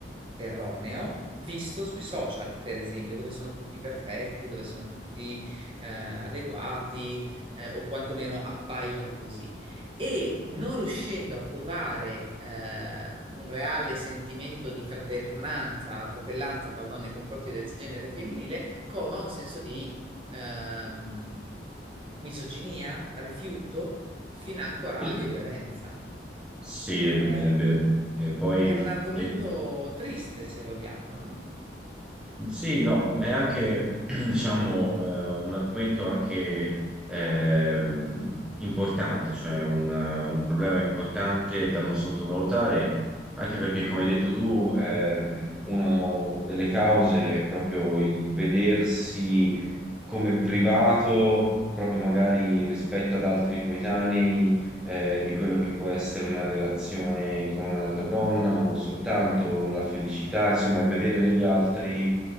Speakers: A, on the right (about 30°); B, in the centre.
A: erroneo visto sui social, per esempio, dove sono tutti perfetti, dove sono tutti eh, adeguati eh, o quantomeno appaiono così. E non riuscendo a covare eh, un reale sentimento di fraternanza, fratellanza, pardon, nei confronti del genere femminile, cova un senso di ehm, misoginia, rifiuto, financo rabbia
B: Sì,
A: e violenza.
B: Sì, è
A: Eh,
B: vero. E poi
A: è un argomento
B: eh,
A: triste, se vogliamo, no?
B: Sì, no, ma è anche, <clears throat> diciamo, eh, un argomento anche ehm, importante, cioè un, eh, un problema importante da non sottovalutare, anche perché, come hai detto tu, ehm, una delle cause è proprio il vedersi come privato, proprio magari rispetto ad altri coetanei, eh, di quello che può essere una relazione con un'altra donna, ma non soltanto la felicità, insomma, è vedere negli altri